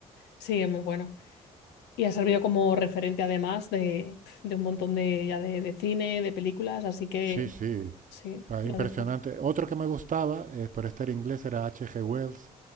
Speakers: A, on the left; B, on the right.
A: sí, es muy bueno. Y ha servido como referente además de, de un montón de, ya de, de cine, de películas, así que
B: Sí, sí,
A: sí,
B: ah,
A: la
B: impresionante.
A: dejo.
B: Otro que me gustaba, eh, pero este era inglés, era H.G. Wells,